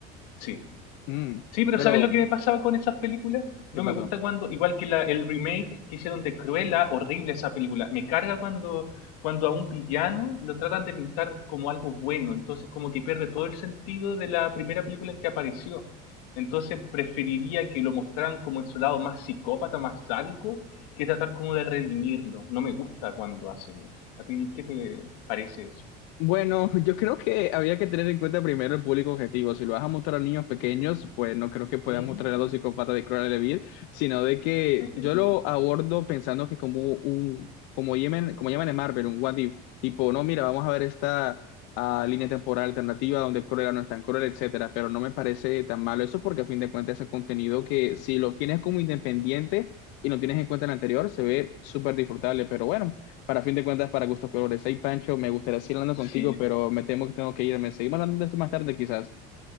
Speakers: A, on the left; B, on the left.
A: sí.
B: Mm,
A: Sí, pero
B: Pero,
A: ¿sabes lo que me pasaba con esas películas? No
B: ¿qué pasó?
A: me gusta cuando, igual que la, el remake que hicieron de Cruella, horrible esa película. Me carga cuando, cuando a un villano lo tratan de pintar como algo bueno. Entonces, como que pierde todo el sentido de la primera película en que apareció. Entonces, preferiría que lo mostraran como en su lado más psicópata, más sádico, que tratar como de redimirlo. No me gusta cuando hacen eso. ¿A ti qué te parece eso?
B: Bueno, <laughs> yo creo que habría que tener en cuenta primero el público objetivo. Si lo vas a mostrar a niños pequeños,
A: Ujú.
B: pues no creo que puedas
A: Mm,
B: mostrar a los psicópatas de Cruella de Vil, sino de que
A: <laughs>
B: yo lo abordo pensando que como un, como llaman, como llaman en Marvel, un what if, tipo, no, mira, vamos a ver esta ah, línea temporal alternativa donde Cruella no es tan cruel, etcétera, pero no me parece tan malo eso porque a fin de cuentas es contenido que si lo tienes como independiente y no tienes en cuenta el anterior, se ve súper disfrutable, pero bueno. Para fin de cuentas, para gustos colores. Hey, Pancho, me gustaría seguir hablando contigo,
A: Sí.
B: pero me temo que tengo que irme. Seguimos hablando de esto más tarde, quizás.